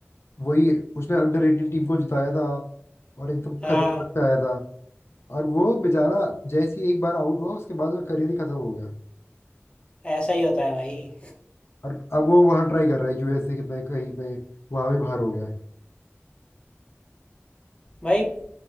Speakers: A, on the left; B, on the left.
A: वही उसने अंडर एटीन टीम को जिताया था और एकदम
B: हाँ
A: खतरनाक से आया था और वो बेचारा जैसे ही एक बार आउट हुआ उसके बाद वो करियर ही खत्म हो गया
B: ऐसा ही होता है भाई
A: और अब वो वहां ट्राई कर रहा है यूएसए के में कहीं पे वहां भी बाहर हो गया है
B: भाई